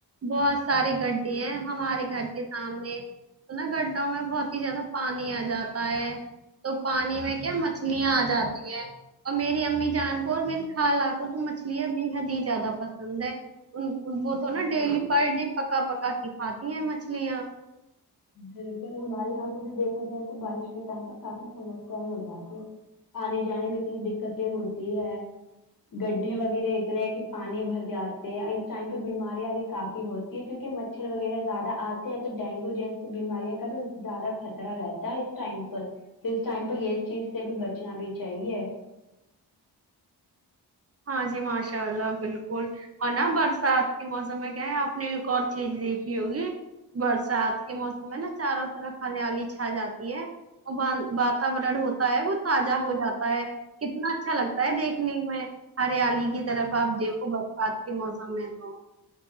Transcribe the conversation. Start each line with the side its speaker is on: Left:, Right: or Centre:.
Right: بہت ساری گڈے ہیں ہمارے گھر کے سامنے تو نا گڈو میں بہت ہی زیادہ پانی آ جاتا ہے تو پانی میں کیا مچھلیاں آ جاتی ہیں اور میری امی جان کو اور میری خا لہ کو تو مچھلیاں بے حد ہی زیادہ پسند ہے ان وہ
Left: بالکل
Right: تو نا ڈیلی پر ڈے پکا پکا کے کھاتی ہیں مچھلیاں
Left: بالکل ہمارے یہاں پہ بھی دیکھا جائے تو بارش کے ٹائم پر کافی سمسیایں ہو جاتی آنے جانے میں اتنی دقتیں ہوتی ہے گڈھے وغیرہ اتنے ہیں کہ پانی بھر جاتے ہیں اس ٹائم پہ بیماریاں بھی کافی ہوتی ہیں کیونکہ مچھ مچھر وغیرہ زیادہ آتے ہیں تو ڈینگو جیسے تو بیماریا کا بھی زیادہ خطرہ رہتا ہے اس ٹائم پر تو اس ٹائم پہ یہ چیز سے بھی بچنا بھی چاہیے
Right: ہاں جی ماشاء اللہ بالکل اور نا برسات کے موسم میں کیا ہے آپ نے ایک اور چیز دیکھی ہوگی برسات موسم میں نا چاروں طرف ہریالی چھا جاتی ہے اور واتورن ہوتا وہ تازہ ہو جاتا ہے کتنا اچھا لگتا ہے دیکھنے میں ہریالی کی طرف آپ دیکھو برسات کے موسم میں تو